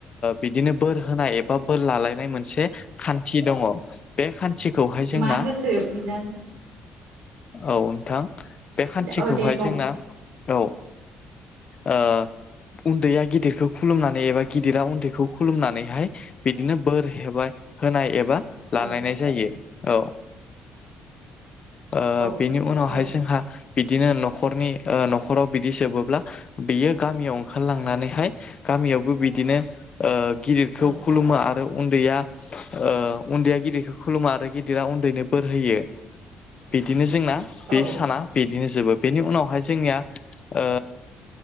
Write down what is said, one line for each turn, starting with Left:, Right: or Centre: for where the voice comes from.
Left: बिदिनो बोर होनाय एबा बोर लालायनाय मोनसे खान्थि दङ। बे खान्थिखौहाय जोंना
Right: मा गोसो बिनानै
Left: औ नोंथां बे खान्थिखौहाय
Right: औ दे बुं
Left: जोंना औ ओ उन्दैया गिदिरखौ खुलुमना नै एबा गिदिरा उन्दैखौ खुलुमनानैहाय बिदिनो बोर हेबा होनाय एबा लालायनाय
Right: औ
Left: जायो औ। ओ
Right: औ
Left: बेनि उनावहाय
Right: औ
Left: जोंहा बिदिनो न'खरनि ओ न'खराव बिदि जोबोब्ला बियो गामियाव ओंखारलांनानैहाय गामियावबो बिदिनो ओ गिदिरखौ
Right: औ
Left: खुलुमो आरो उन्दैया ओ उन्दैया गिदिरखौ खुलुमा आरो गिदिरा उन्दैनो बोर होयो। बिदिनो जोंना बे
Right: औ
Left: साना बिदिनो जोबो। बेनि उनावहाय जोंनिया ओ